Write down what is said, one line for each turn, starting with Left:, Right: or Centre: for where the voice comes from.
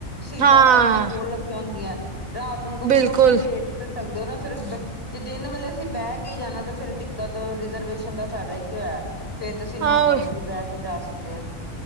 Left: ਸੀਟਾਂ
Right: ਹਾਂ
Left: ਸਬ ਨੇ ਖੋਲ ਕੇ ਰੱਖਿਆ ਹੁੰਦੀਆਂ ਰਾਤ ਨੂੰ ਕਮ
Right: ਬਿਲਕੁਲ
Left: ਸੇ ਕਮ ਤੁਸੀਂ ਲੇਟ ਤੇ ਸਕਦੇ ਔ ਨਾ, ਜੇ ਦੇਨ ਵੱਲੇ ਤੇ ਬੈਹ ਕੇ ਈ ਜਾਣਾ ਤੇ ਫੇਰ ਦਿੱਕਤ ਰਿਜਰਵੇਸ਼ਨ ਦਾ ਫੈਦਾ ਈ ਕਿ ਹੋਯਾ, ਫੇਰ ਤੁਸੀਂ ਨੋਰਮਲ
Right: ਆਹੋ
Left: ਚ ਵੀ ਬੈਹ ਤੇ ਜਾ ਸਕਦੇ ਆਂ।